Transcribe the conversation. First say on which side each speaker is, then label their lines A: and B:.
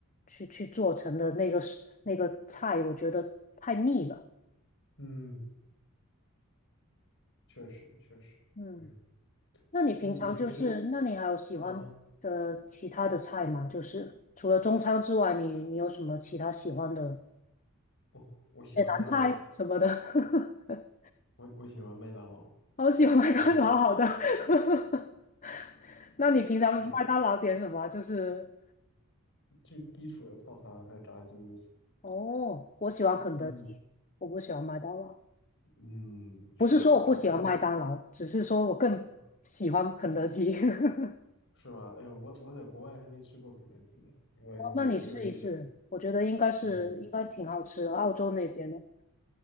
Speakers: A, on the left; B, on the left.
A: 去去做成的那个食那个菜，我觉得太腻了。
B: 嗯，确实确实。
A: 嗯，
B: 哎呦，
A: 那你平常就是，
B: 那你平时，
A: 那你还有喜欢的其他的菜吗？
B: 嗯哼，
A: 就是除了中餐之外，你你有什么其他喜欢的？
B: 哦，我喜欢麦当劳，
A: 也难猜什么的，<laughs>
B: 我我喜欢麦当劳
A: 好喜欢麦当劳，
B: 嗯，
A: 好的。<laughs> 那你平常麦当劳点什么啊就是
B: 是的，最基础的套餐还有炸鸡那些。
A: 哦，我喜欢肯德基，
B: 嗯
A: 我不喜欢麦当劳。
B: 嗯，是吧？
A: 不是说我不喜欢麦当劳，
B: 我但是，
A: 只是说我更喜欢肯德基。
B: 呃，
A: <laughs>
B: 是吧？哎呦，我我在国外还没吃过肯德基呢，我有机会去尝。
A: 哦，那你试一试，我觉得应该是应该挺好吃的，
B: 嗯
A: 澳洲那边的。